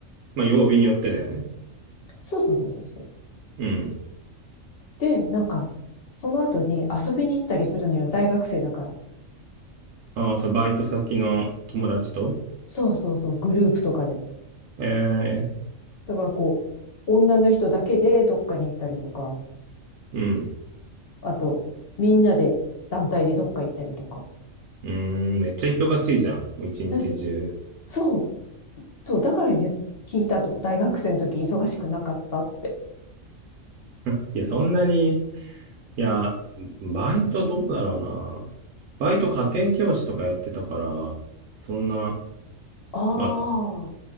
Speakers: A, on the right; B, on the left.
A: まあ、曜日によってだよね。
B: そうそうそうそうそう。
A: うん。
B: で、なんか、その後に遊びに行ったりするのよ、大学生だから。
A: ああ、そう、バイト先の友達と。
B: そうそうそう、グループとかで。
A: ええ、
B: だからこう、女の人だけでどっかに行ったりとか、
A: うん。
B: あと、みんなで、団体でどっか行ったりとか。
A: うーん、めっちゃ忙しいじゃん。もう一日中。
B: え、そう、そう、だから言っ聞いたと、大学生の時忙しくなかったって。
A: <laughs> いや、そんなに、いや、バイトどうだろうな。バイト家庭教師とかやってたから、そんな、
B: ああ、
A: まあ、